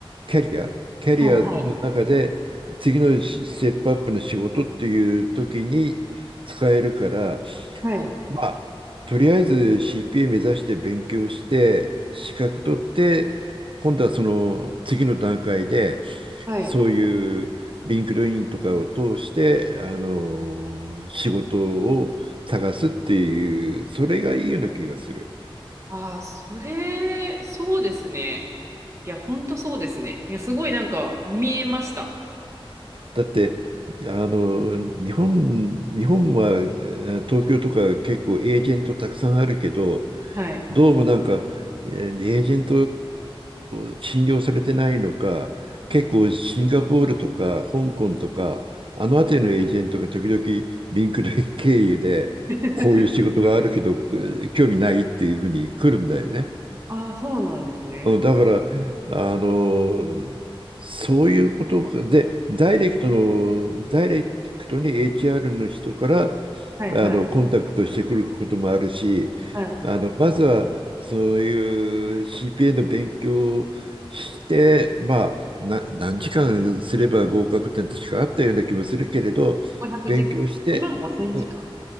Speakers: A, on the right; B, on the right.
A: キャリア、キャリアの中で次のステップアップの仕事っていう時に使えるから
B: はい、はい、はい、
A: まあ、とりあえず CPA 目指して勉強して、資格取って、今度はその次の段階で、
B: はい。
A: そういうリンクドインとかを通して、あの、仕事を探すっていう、それがいいような気がする。
B: ああ、それ、そうですね。いや、ほんとそうですね。いや、すごいなんか見えました。
A: だって、あの、日本、日本はえー東京とか結構エージェントたくさんあるけど、
B: はい。
A: どうもなんか、えーエージェント信用されてないのか、結構シンガポールとか香港とか、あの辺りのエージェントが時々リンクで経由で、
B: <laughs>
A: こういう仕事があるけど、えー興味ないっていうふうに来るんだよね。
B: ああ、そうなんですね。
A: うんだから、あの、そういうことかで、ダイレクトの、ダイレクトに HR の人から、
B: はい、
A: あの、
B: はい、
A: コンタクトしてくることもあるし、
B: はい。
A: あの、まずは、そういう CPA の勉強をして、まあ、な、何時間すれば合格点確かあったような気もするけれど、
B: 500時間、
A: 勉強して、
B: 1万5千時間
A: うん